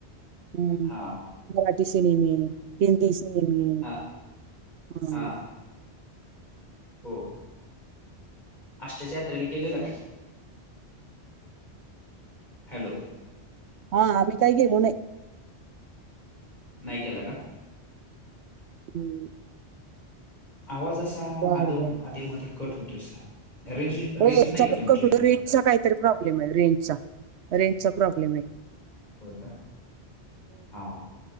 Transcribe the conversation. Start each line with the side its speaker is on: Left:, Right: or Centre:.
Right: हम्म
Left: हा
Right: मराठी सिनेमे हिंदी सिनेमे
Left: हा
Right: हम.
Left: हा हो. आष्टाच्या यात्रेला गेलेलं काय? हॅलो.
Right: हा आम्ही काही गेलो नाही.
Left: नाही केला का?
Right: हम्म.
Left: आवाजा
Right: बर
Left: आदम
Right: बर हो
Left: आध म कट होतो रेंज.
Right: होमचा
Left: रेंज नाही का
Right: पण
Left: तुमच्या
Right: कटू
Left: इकडं
Right: रेंजचा
Left: आता
Right: काहीतरी प्रॉब्लेम आहे रेंजचा रेंजचा प्रॉब्लेम आहे.
Left: होय काय हां.